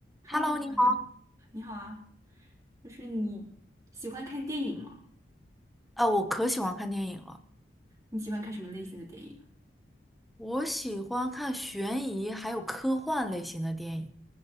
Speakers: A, on the right; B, in the centre.
A: Hello，
B: Hello，
A: 你好呀，
B: 你好。
A: 你好啊，就是你喜欢看电影吗？
B: 呃，我可喜欢看电影了，
A: 你喜欢看什么类型的电影啊
B: 我喜欢看悬疑还有科幻类型的电影。